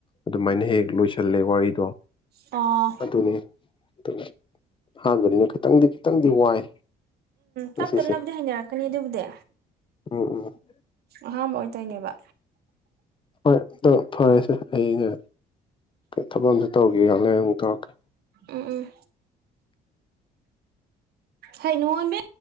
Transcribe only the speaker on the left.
ꯑꯗꯨꯃꯥꯏꯅ ꯍꯦꯛ ꯂꯣꯏꯁꯜꯂꯦ ꯋꯥꯔꯤꯗꯣ
ꯑꯗꯨꯅꯤ ꯗꯨꯅꯦ ꯍꯥꯟꯕꯅꯤꯅ ꯈꯤꯇꯪꯗꯤ ꯈꯤꯇꯪꯗꯤ ꯋꯥꯏ
ꯉꯁꯤꯁꯦ
ꯎꯝ ꯎꯝ
ꯍꯣꯏ ꯑꯗꯣ ꯐꯔꯦꯁꯦ ꯑꯩꯅ ꯊꯕꯛ ꯑꯝꯇ ꯇꯧꯔꯨꯒꯤꯒꯦ ꯉꯥꯢꯈꯥꯛ ꯂꯩꯔ ꯑꯃꯨꯛ ꯇꯧꯔꯛꯀꯦ